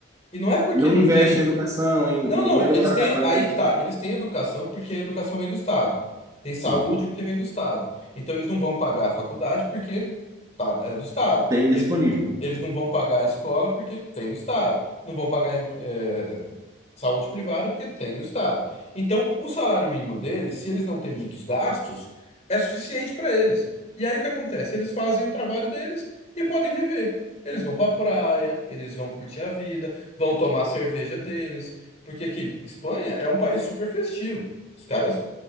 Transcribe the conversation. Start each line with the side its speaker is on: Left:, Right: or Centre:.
Left: E não é porque
Right: Não
Left: não
Right: investe
Left: tem.
Right: em educação, em,
Left: Não, não,
Right: em melhorar
Left: eles têm.
Right: a qualidade.
Left: Aí que tá. Eles têm educação porque a educação vem do Estado. Tem saúde
Right: Sim,
Left: porque vem do Estado. Então eles não vão pagar a faculdade porque Tá, é do Estado.
Right: tem
Left: Eles
Right: disponível.
Left: não, eles não vão pagar a escola porque tem no Estado. Não vão pagar eh, saúde privada porque tem no Estado. Então, o salário mínimo deles, se eles não têm muitos gastos, é suficiente para eles. E aí o que acontece? Eles fazem o trabalho deles e podem viver. Eles vão para praia, eles vão curtir a vida, vão tomar a cerveja deles. Porque aqui, Espanha é um país super festivo. Os caras,